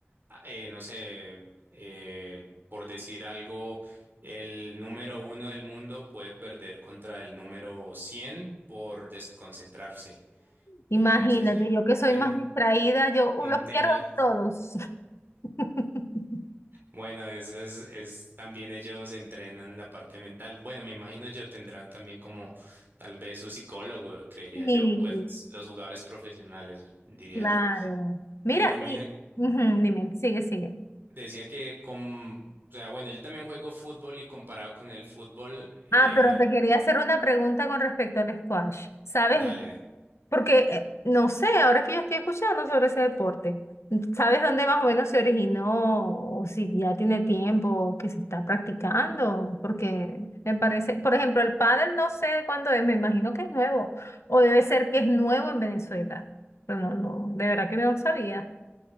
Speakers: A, on the right; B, on the left.
A: ah, eh, no sé, eh, por decir algo, el número uno del mundo puede perder contra el número 100 por desconcentrarse.
B: Imagínate,
A: En- entonces,
B: yo que soy
A: en,
B: más distraída, yo uh,
A: en
B: los
A: tenis.
B: pierdo todos. <laughs>
A: Bueno, eso es, es también ellos entrenan la parte mental. Bueno, me imagino yo tendrán también como tal vez su psicólogo, creería
B: Sí.
A: yo, pues los jugadores profesionales, diría
B: Claro.
A: yo.
B: Mira,
A: Pero mira,
B: y ujú, dime, sigue, sigue.
A: decía que con, o sea, bueno, yo también juego fútbol y comparado con el fútbol, eh,
B: Ah, pero te quería hacer una pregunta con respecto al squash. ¿Sabes?
A: dale,
B: Porque, eh, no sé, ahora que yo estoy escuchando sobre ese deporte, ¿sabes dónde más o menos se originó? O si ya tiene tiempo que se está practicando. Porque me parece, por ejemplo, el pádel no sé cuándo es, me imagino que es nuevo. O debe ser que es nuevo en Venezuela. Pero no, no, de verdad que no sabía.